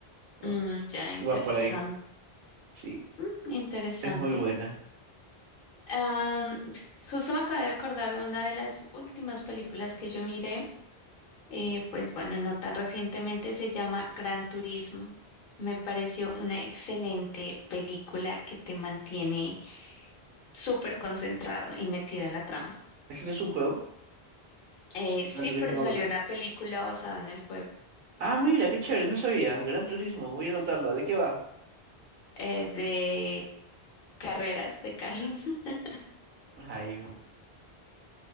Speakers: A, on the right; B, on the left.
A: ¿no?
B: Mm, ya, interesante.
A: Va por ahí. Sí,
B: Mm, interesante.
A: es muy buena.
B: Am, justo me acabo de acordar de una de las últimas películas que yo miré, eh, pues bueno, no tan recientemente, se llama Gran Turismo. Me pareció una excelente película que te mantiene súper concentrado y metido en la trama.
A: ¿Ese no es un juego?
B: Eh, sí,
A: Gran Turismo
B: pero salió
A: Auto.
B: una película basada en el juego
A: Ah, mira, qué chévere, no sabía. Gran Turismo, voy a anotarla. ¿De qué va?
B: eh, de carreras de carros. <laughs>
A: Ay,